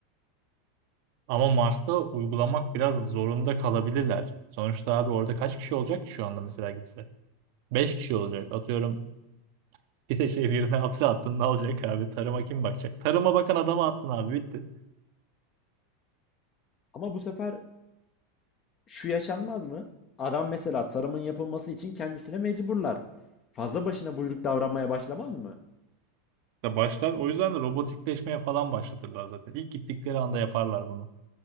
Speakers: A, on the right (about 60°); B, on the left (about 35°).
A: Ama Mars'ta uygulamak biraz zorunda kalabilirler. Sonuçta abi orada kaç kişi olacak ki şu anda mesela gitse? 5 kişi olacak. Atıyorum bir de şey birine <laughs> hapse attın ne olacak abi? Tarıma kim bakacak? Tarıma bakan adama attın abi bitti.
B: Ama bu sefer şu yaşanmaz mı? Adam mesela tarımın yapılması için kendisine mecburlar. Fazla başına buyruk davranmaya başlamaz mı?
A: Ya başlar. O yüzden de robotikleşmeye falan başlatırlar zaten. İlk gittikleri anda yaparlar bunu.